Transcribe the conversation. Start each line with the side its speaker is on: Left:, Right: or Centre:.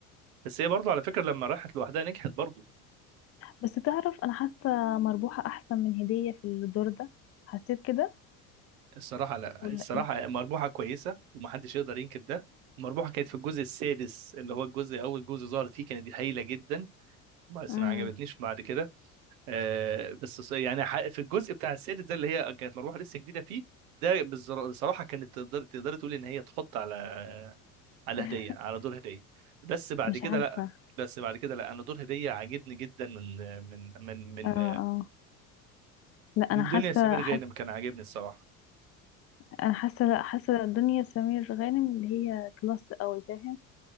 Right: بس هي برضو على فكرة لما راحت لوحدها نجحت برضو
Left: بس تعرف أنا حاسة مربوحة أحسن من هدية في الدور ده حسيت كده
Right: الصراحة لا
Left: ولا
Right: الصراحة
Left: إيه؟
Right: مربوحة كويسة ومحدش يقدر ينكر ده مربوحة كانت في الجزء السادس اللي هو الجزء اول جزء ظهرت فيه كانت هايلة جدا بس
Left: مم.
Right: ما عجبتنيش بعد كده آه، بس ص- يعني ح- في الجزء بتاع السادس ده اللي هي كانت مروحه لسه جديده فيه ده بالزر- بصراحه كانت تقدر تقدر تقول ان هي تحط على على
Left: <laughs>
Right: هديه على دور هديه بس بعد
Left: مش
Right: كده
Left: عارفة
Right: لا بس بعد كده لا انا دور هديه عاجبني جدا من من من من
Left: اه اه لا أنا
Right: من
Left: حاسة
Right: دنيا سمير
Left: حاسة
Right: غانم كان عاجبني الصراحه
Left: أنا حاسة لا حاسة دنيا سمير غانم اللي هي كلاس قوي فاهم